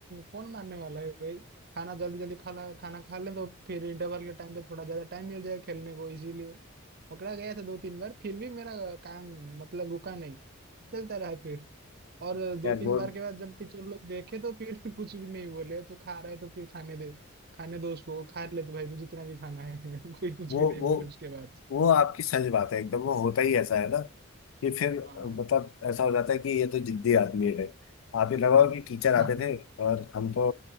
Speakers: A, on the right (about 45°); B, on the left (about 65°).
A: कौन मानने वाला है भाई खाना जल्दी जल्दी खा ला खाना खा लें तो फिर इंटरवल के टाइम पे थोड़ा ज्यादा टाइम मिल जाएगा खेलने को इसीलिए पकड़ा गया था दो तीन बार फिर भी मेरा काम मतलब रुका नहीं चलता रहा फिर और दो
B: यार
A: तीन
B: वो
A: बार के बाद जब टीचर लोग देखे तो फिर <laughs> कुछ भी नहीं बोले तो खा रहा है तो फिर खाने दे खाने दो उसको वो खा ले तो भाई तू जितना भी खाना है <laughs> कोई कुछ
B: वो
A: भी नहीं
B: वो
A: बोले उसके बाद
B: वो आपकी सच बात है एकदम वो होता ही ऐसा है ना कि फिर
A: हाँ
B: मतलब ऐसा हो जाता है कि ये तो जिद्दी आदमी है आप ये लगाओ कि टीचर आते
A: <laughs> हाँ
B: थे और हम तो